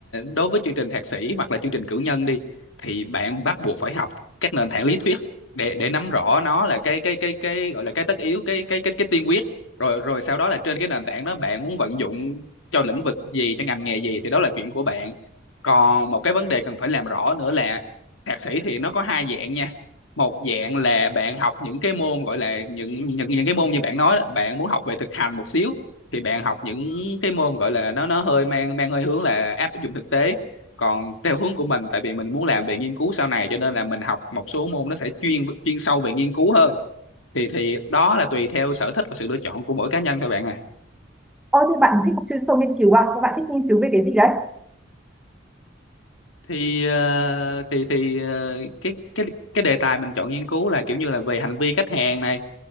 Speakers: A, on the left; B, in the centre.
A: đối với chương trình thạc sĩ hoặc là chương trình cử nhân đi thì bạn bắt buộc phải học các nền tảng lý thuyết để để nắm rõ nó là cái cái cái cái gọi là cái tất yếu cái cái cái cái tiên quyết rồi rồi sau đó là trên cái nền tảng đó bạn muốn vận dụng cho lĩnh vực gì cho ngành nghề gì thì đó là chuyện của bạn còn một cái vấn đề cần phải làm rõ nữa là thạc sĩ thì nó có hai dạng nha một dạng là bạn học những cái môn gọi là những những những cái môn như bạn nói đó, bạn muốn học về thực hành một xíu thì bạn học những cái môn gọi là nó nó hơi mang mang hơi hướng là áp dụng thực tế còn theo hướng của mình tại vì mình muốn làm về nghiên cứu sau này cho nên là mình học một số môn nó sẽ chuyên chuyên sâu về nghiên cứu hơn thì thì đó là tùy theo sở thích và sự lựa chọn của mỗi cá nhân thôi bạn à
B: ôi thế bạn thích học chuyên sâu nghiên cứu à Thế bạn thích nghiên cứu về cái gì đấy
A: thì ờ, thì thì ờ, cái cái cái đề tài mình chọn nghiên cứu là kiểu như là về hành vi khách hàng này